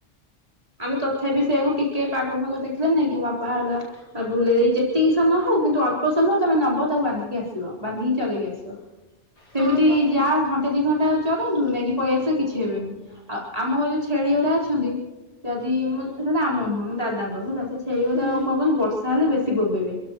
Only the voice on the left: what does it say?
ହଁ
ବା
ହୁଁ।